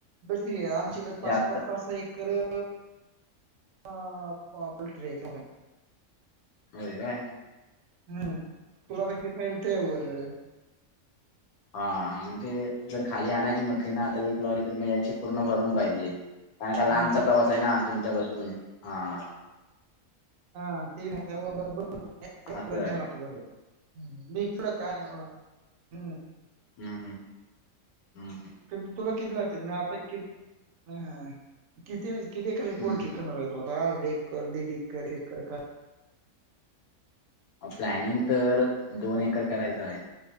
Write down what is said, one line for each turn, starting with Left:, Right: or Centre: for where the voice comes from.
Right: बिडती आमच्यांकडे पांच
Left: जास्त
Right: पांच सहा सहा एकरं हं पॉपेट जायचां मंग
Left: व्हांय कायं
Right: हम्मं तुलां किथं पाहिजे ते वरं
Left: हां म्हणजे जरं खाली आणांयची म्हंटली नां तरं एक लॉरी तरं मी यांयची पूर्ण भरूंन पाहिजे कारणं कां
Right: ब-
Left: लांबचा प्रवांस आहे नां तुमच्यां पासूंन हां
Right: हां बरं तीनं घंटे बरोबर
Left: असं आहे
Right: घ्यां लागते कुठं कायं व्हयं हम्मं
Left: हम्मं हम्मं हम्मं
Right: कि तुम्हीं कितलां असतील म्हे आंता की हं हां किती म्हणजे किती एराची
Left: हम्म
Right: पोल्ट्री करणारं आहॆ तुं आंता अं एकंर दीड एकंर एकंर
Left: प्लॅनिंग तरं दोन एकंर करायचं आहे